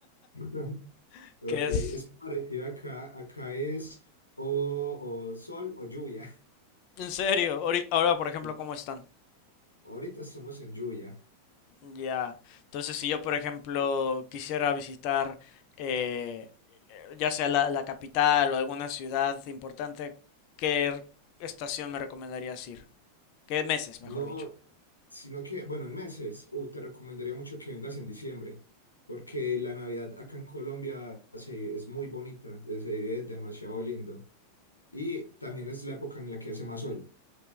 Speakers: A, on the left; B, on the left.
A: <laughs>
B: <laughs>
A: Ok,
B: que es
A: es parecido acá. Acá es o, o sol o lluvia.
B: en serio. ori- Ahora, por ejemplo,
A: <laughs>
B: ¿cómo están?
A: Ahorita estamos en lluvia.
B: Ya, entonces si yo, por ejemplo, quisiera visitar eh, ya sea la, la capital o alguna ciudad importante, ¿qué estación me recomendarías ir? ¿Qué meses,
A: No,
B: mejor dicho?
A: sino que, bueno, en meses, uh, te recomendaría mucho que vengas en diciembre, porque la Navidad acá en Colombia se- es muy bonita, se vive demasiado lindo. Y también es la época en la que hace más sol.